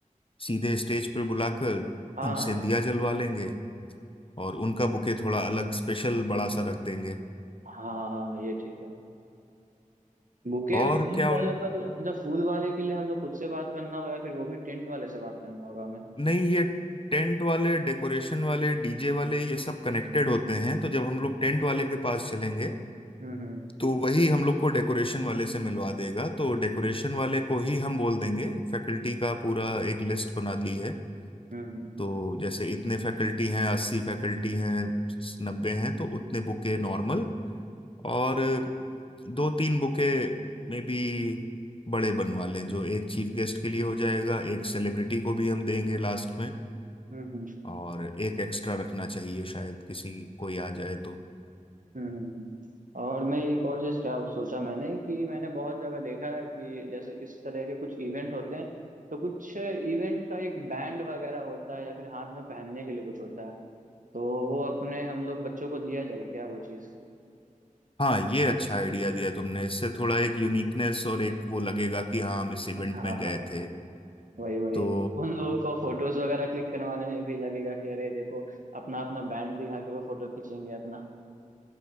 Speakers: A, on the left; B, on the right.
A: सीधे स्टेज पर बुलाकर
B: हाँ
A: उनसे
B: हाँ
A: दिया जलवा लेंगे और उनका बुके थोड़ा अलग स्पेशल बड़ा सा रख देंगे
B: हाँ ये ठीक है बुके
A: और
B: फूल
A: क्या
B: वालों
A: उन
B: का तो जब फूल वाले के लिए हम लोग खुद से बात करना होगा या फिर वो भी टेंट वाले से बात करना होगा हमें
A: नहीं ये टेंट वाले डेकोरेशन वाले डीजे वाले ये सब कनेक्टेड होते हैं तो जब हम लोग टेंट वाले के पास चलेंगे
B: हम्म हम्म
A: तो वही हम लोग को डेकोरेशन वाले से मिलवा देगा तो डेकोरेशन वाले को ही हम बोल देंगे फैकल्टी का पूरा एक लिस्ट बना ली है
B: हम्म हम्म।
A: तो जैसे इतने फैकल्टी हैं अस्सी फैकल्टी हैं नब्बे हैं तो उतने बुके नॉर्मल और दो तीन बुके मे बी बड़े बनवा लें जो एक चीफ गेस्ट के लिए हो जाएगा एक सेलिब्रिटी को भी हम देंगे लास्ट में
B: हम्म,
A: और एक एक्स्ट्रा रखना चाहिए शायद किसी कोई आ जाए तो
B: हम्म हम्म, हम्म। और मैं एक और चीज क्या सोचा मैंने कि मैंने बहुत जगह देखा है कि जैसे इस तरह के कुछ इवेंट होते हैं तो कुछ इवेंट का एक बैंड वगैरह होता है या फिर हाथ में पहनने के लिए कुछ होता है तो वो अपने हम लोग बच्चों को दिया जाए क्या वो चीज
A: हाँ ये अच्छा आइडिया दिया तुमने इससे थोड़ा एक यूनिकनेस और एक वो लगेगा कि हाँ हम इस इवेंट
B: हाँ
A: में गए
B: हाँ
A: थे
B: वही वही
A: तो
B: उन लोगों का फोटोज वगैरह क्लिक करवाने में भी लगेगा कि अरे देखो अपना अपना बैंड दिखा के वो फोटो खींचेंगे अपना